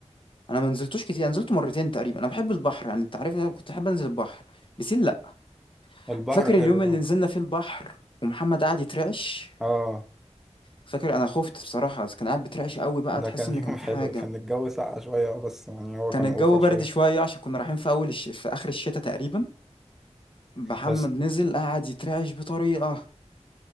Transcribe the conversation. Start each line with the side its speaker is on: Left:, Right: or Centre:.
Left: انا ما نزلتوش كتير انا نزلت مرتين تقريبا انا بحب البحر يعني انت عارف إن انا كنت احب انزل البحر بسين لا
Centre: البحر
Left: فاكر
Centre: حلو
Left: اليوم اللي
Centre: اه
Left: نزلنا فيه البحر ومحمد قعد يترعش
Centre: اه
Left: فاكر انا خفت بصراحة بس كان قاعد بيترعش قوي بقى
Centre: ده
Left: تحس
Centre: كان
Left: ان
Centre: <laughs> يوم
Left: كان في
Centre: حلو
Left: حاجة
Centre: كان الجو ساقع شوية اه بس يعني هو
Left: كان
Centre: كان
Left: الجو
Centre: اوفر
Left: برد
Centre: شوية
Left: شوية عشان كنا رايحين في اول الش... في اخر الشتاء تقريبا محمد
Centre: بس
Left: نزل قعد يترعش بطريقة